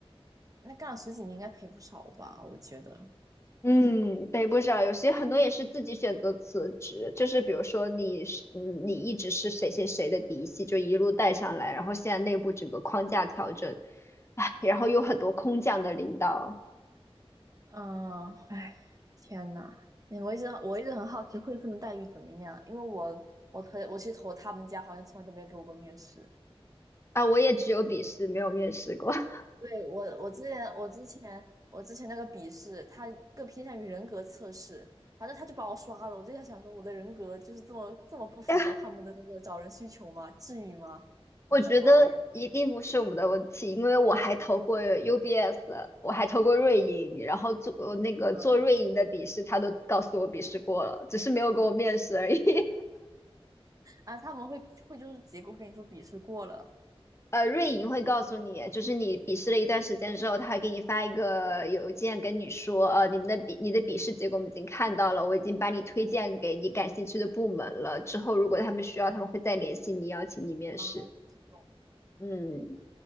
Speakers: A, on the right; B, on the left.
A: 那干了十几年应该赔不少吧？我觉得，
B: 嗯，对，不少，有些很多也是自己选择辞职，就是比如说你是，嗯，你一直是谁谁谁的嫡系，就一路带上来，然后现在内部整个框架调整，唉，然后有很多空降的领导
A: 嗯，哎，天呐，哎我一直我一直很好奇汇丰的待遇怎么样，因为我我投我去投他们家，好像从来都没有给我过面试。
B: 啊，我也只有笔试，没有面试过，<laughs>
A: 对，我我之前我之前我之前那个笔试，它更偏向于人格测试，反正他就把我刷了。我就在想说，我的人格就是这么这么不符合他们的那个找人需求吗？
B: 但
A: 至于吗？我的妈呀！
B: 我觉得一定不是我们的问题，因为我还投过 UBS，我还投过瑞银，然后做呃那个做瑞银的笔试，
A: 嗯。
B: 他都告诉我笔试过了，只是没有给我面试而已。
A: 啊，他们会会就是结果会跟你说笔试过了。
B: 呃，瑞银会告诉你，就是你笔试了一段时间之后，他会给你发一个邮件跟你说，呃，你们的笔你的笔试结果我们已经看到了，我已经把你推荐给你感兴趣的部门了。之后如果他们需要，他们会再联系你，邀请你面试。
A: 啊，这种，
B: 嗯，